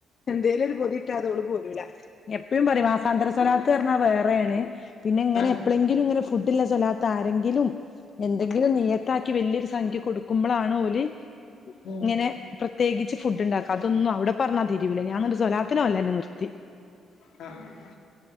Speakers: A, on the left; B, on the left.
A: എന്തേലും ഒരു പൊതി കിട്ടാതെ ഓള് പോരൂല എപ്പഴും പറയും വാ സാന്തര സ്വലാത്ത്ന്ന്‌ പറഞ്ഞാ വേറേണ് പിന്നെ ഇങ്ങനെ
B: ആഹ്
A: എപ്പോളെങ്കിലും ഇങ്ങനെ ഫുഡില്ലസ്വല്ലാത്ത് ആരെങ്കിലും എന്തെങ്കിലും നിയ്യത്താക്കി വല്ല്യൊ രു സംഖ്യ കൊടുക്കുമ്പൊളാണ് ഓല്
B: ഉം
A: ഇങ്ങനെ പ്രത്യേകിച്ച് ഫുഡ് ഉണ്ടാക്കും അതൊന്നും അവിടെ പറഞ്ഞാ തിരിയൂല ഞാനെന്നിട്ട് സ്വലാത്തിന് പൊവല്ലന്നെ നിർത്തി
B: ആഹ്